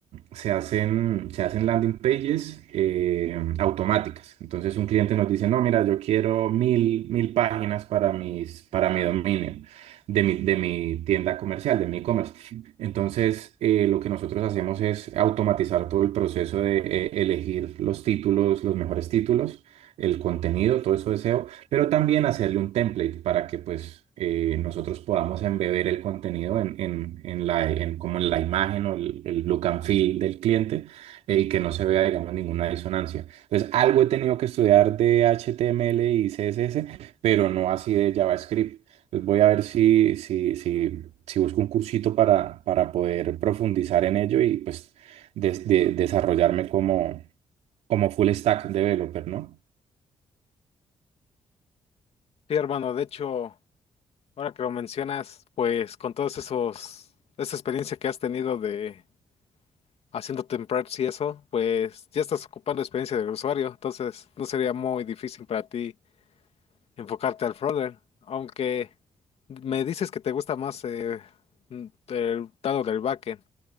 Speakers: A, on the right; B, on the left.
A: se hacen, se hacen landing pages eh, automáticas. Entonces, un cliente nos dice, no, mira, yo quiero mil, mil páginas para mis, para mi dominio de mi, de mi tienda comercial, de mi e-commerce. Entonces, eh, lo que nosotros hacemos es automatizar todo el proceso de eh, elegir los títulos, los mejores títulos, el contenido, todo eso de SEO, pero también hacerle un template para que pues eh, nosotros podamos embeber el contenido en, en- en la, en, como en la imagen o el, el look and feel del cliente eh, y que no se vea, digamos, ninguna disonancia. Entonces, algo he tenido que estudiar de HTML y CSS, pero no así de JavaScript. Pues voy a ver si, si, si, si busco un cursito para, para poder profundizar en ello y pues des- de- desarrollarme como, como full stack developer, ¿no?
B: Sí, hermano, de hecho, ahora que lo mencionas, pues con todos esos, esa experiencia que has tenido de haciendo templates y eso, pues ya estás ocupando experiencia del usuario, entonces no sería muy difícil para ti enfocarte al frontend, aunque me dices que te gusta más eh, el lado del backend.